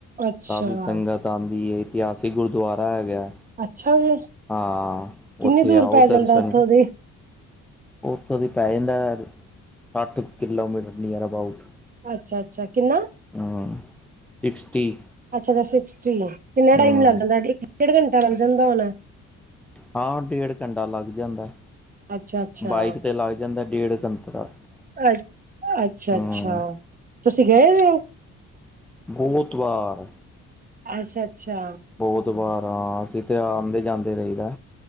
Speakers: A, on the right; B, in the centre.
A: ਅੱਛਾ
B: ਕਾਫੀ ਸੰਗਤ ਆਂਦੀ ਏ, ਇਤਿਹਾਸੀਕ ਗੁਰਦੁਆਰਾ ਹੈਗਾ ਐ।
A: ਅੱਛਾ ਜੀ!
B: ਹਾਂ,
A: ਕਿੰਨੀ
B: ਓਥੇ
A: ਦੂਰ
B: ਆਓ,
A: ਪੈ ਜਾਂਦਾ
B: ਦਰਸ਼ਨ
A: ਉੱਥੋਂ ਦੀ
B: ਓਥੋਂ ਦੀ ਪੈ ਜਾਂਦਾ ਐ, ਸੱਠ-ਕਿੱਲੋਮੀਟਰ ਨੀਅਰ ਅਬਾਊਟ।
A: ਅੱਛਾ-ਅੱਛਾ ਕਿੰਨਾ?
B: ਅਂ ਸਿਕਸਟੀ।
A: ਅੱਛਾ ਅੱਛਾ ਸਿਕਸਟੀ। ਕਿੰਨਾ
B: ਹੂੰ
A: ਟਾਈਮ ਲੱਗ ਜਾਂਦਾ ਇਕ ਡੇਢ ਘੰਟਾ ਲੱਗ ਜਾਂਦਾ ਹੋਣਾ।
B: ਹਾਂ ਡੇਢ ਘੰਟਾ ਲੱਗ ਜਾਂਦਾ ਐ
A: ਅੱਛਾ ਅੱਛਾ
B: ਬਾਈਕ ਤੇ ਲੱਗ ਜਾਂਦਾ ਐ‌ ਡੇਢ ਘੰਟਾ।
A: ਅੱ ਅੱਛਾ
B: ਹੂੰ
A: ਅੱਛਾ ਤੁਸੀ ਗਏ ਹੋਏ ਔ?
B: ਬਹੁਤ ਵਾ।
A: ਅੱਛਾ-ਅੱਛਾ।
B: ਬੋਤ ਵਾਰ ਹਾਂ, ਅਸੀ ਤੇ ਆਂਦੇ-ਜਾਂਦੇ ਰਹੀਦਾ